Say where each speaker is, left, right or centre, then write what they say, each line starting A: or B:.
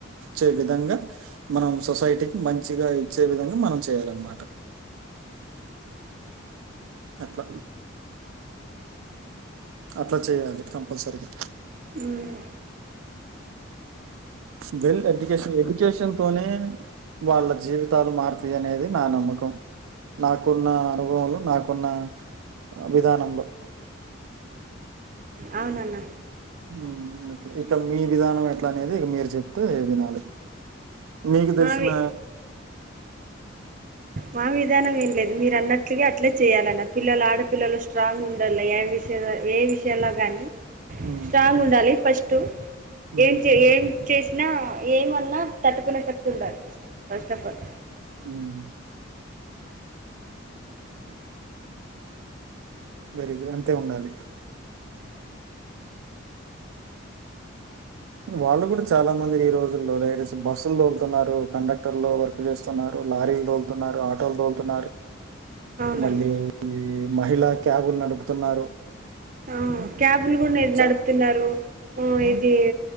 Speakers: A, on the right; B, on the right.
A: చే విధంగా మనం సొసైటీకి మంచిగా ఇచ్చే విధంగా మనం చేయాలన్మాట అట్ల అట్ల చేయ్యాలి కంపల్సరిగా
B: ఉమ్
A: వెల్ ఎడ్యుకేషన్ ఎడ్యుకేషన్ తోనే వాళ్ళ జీవితాలు మారుతాయి అనేది నా నమ్మకం నాకున్న అనుభవం లో నాకున్న విధానంలో
B: అవును అన్న
A: ఉమ్ అట్లా ఇక మీ విధానం ఎట్లా అనేది ఇక మీరు చెప్తే వినాలి మీకు దెల్సిన
B: మావి మా విధానం ఏం లేదు మీరు అన్నట్లుగా అట్లే చేయాలన్న పిల్లలు ఆడపిల్లలు స్ట్రాంగ్ ఉండల్ల ఏం ఏ విషయాల్లో గానీ
A: హ్మ్.
B: స్ట్రాంగ్ ఉండాలి ఫస్టు
A: హ్మ్.
B: ఏం చె ఏం చేసినా ఏమన్నా తట్టుకునే శక్తి ఉండాలి first first of all
A: um very good అంతే ఉండాలి వాళ్ళు గూడా చాలా మంది ఈ రోజుల్లో లేడీస్ బస్సుల్లో గూ తున్నారు కండక్టర్ లో వర్క్ చేస్తున్నారు లారీలు తోల్తున్నారు ఆటోలు తోల్తున్నారు
B: అవునండి
A: మళ్ళీ ఈ మహిళా క్యాబులు నడుపుతున్నారు
B: ఆ
A: హ్మ్.
B: క్యాబులు కూడానే నడుపుతున్నారు
A: చా
B: ఊ
A: ఆ!
B: ఇది